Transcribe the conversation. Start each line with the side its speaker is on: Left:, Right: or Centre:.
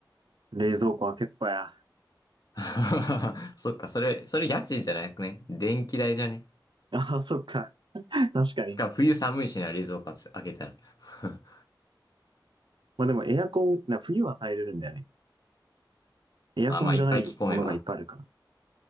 Right: 冷蔵庫開けっぱや。<laughs>
Left: <laughs> そっか、それ、それ家賃じゃなくね。電気代じゃね。
Right: ああ、そっか。確かに。
Left: しかも冬寒いしな、冷蔵庫開けたら。<laughs>
Right: まあでもエアコン、な冬は耐えれるんだよね。エアコンじゃないものがいっぱいあるか
Left: あ、まあ、いっぱい着込めば。